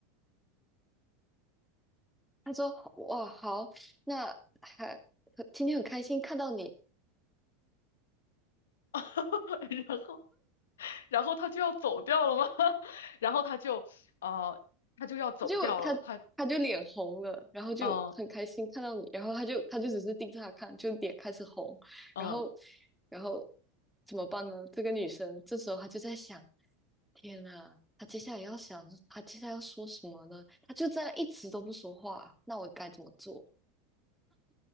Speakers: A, in the centre; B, on the left.
A: 他说哇好，那还今天很开心看到你，
B: <laughs> 然后，然后他就要走掉了吗？<laughs> 然后他就，呃，他就要走掉了。
A: 他就他他就脸红了，
B: 他，
A: 然后就很开心看到你，
B: 嗯、
A: 然后他就他就只是盯着他看，就脸开始红，
B: 嗯。
A: 然后然后怎么办呢？这个女生这时候她就在想，天呐，她接下来要想她接下来要说什么呢？她就这样一直都不说话，那我该怎么做？